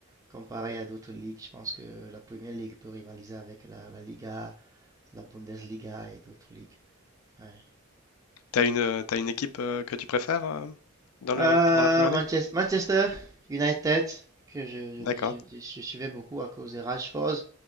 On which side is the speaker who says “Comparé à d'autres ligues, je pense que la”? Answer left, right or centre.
Right